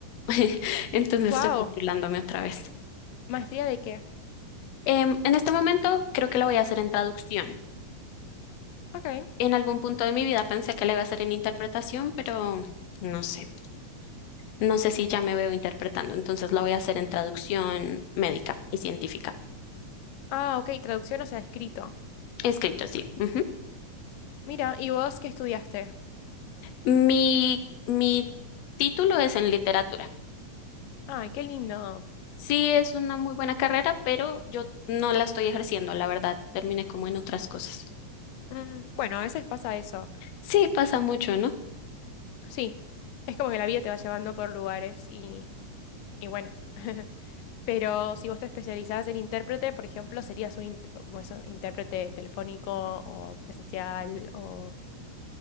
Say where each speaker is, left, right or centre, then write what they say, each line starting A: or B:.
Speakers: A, on the left (about 65°); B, on the left (about 85°).
A: <laughs> Entonces
B: wow.
A: estoy postulándome otra vez.
B: ¿Maestría de qué?
A: Em, en este momento creo que lo voy a hacer en traducción.
B: Ok.
A: En algún punto de mi vida pensé que la iba a hacer en interpretación, pero no sé. No sé si ya me veo interpretando. Entonces la voy a hacer en traducción médica y científica.
B: Ah, ok, traducción, o sea, escrito.
A: Escrito, sí. ujú.
B: Mira, ¿y vos qué estudiaste?
A: Mi, mi título es en literatura.
B: Ay, qué lindo.
A: Sí, es una muy buena carrera, pero yo no la estoy ejerciendo, la verdad. Terminé como en otras cosas.
B: Mm, bueno, a veces pasa eso.
A: Sí, pasa mucho, ¿no?
B: Sí, es como que la vida te va llevando por lugares y Y bueno, <laughs> pero si vos te especializás en intérprete, por ejemplo, serías un int- como eso, intérprete telefónico o presencial o...